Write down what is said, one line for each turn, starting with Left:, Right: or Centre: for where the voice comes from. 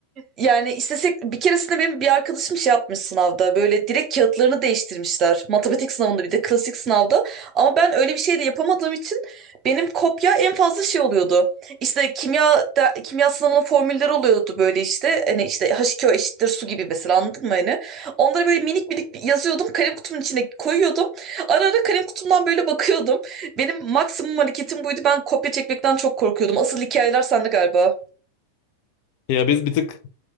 Right: Yani istesek bir keresinde benim bir arkadaşım şey yapmış sınavda böyle direkt kağıtlarını değiştirmişler. Matematik sınavında bir de klasik sınavda. Ama ben öyle bir şey de yapamadığım için benim kopya en fazla şey oluyordu. İşte kimya de- kimya sınavının formülleri oluyordu böyle işte. Hani işte H2O eşittir su gibi mesela anladın mı hani? Onları böyle minik minik yazıyordum. Kalem kutumun içine koyuyordum. Ara ara kalem kutumdan böyle bakıyordum. Benim maksimum hareketim buydu. Ben kopya çekmekten çok korkuyordum. Asıl hikayeler sende galiba.
Left: Ya biz bir tık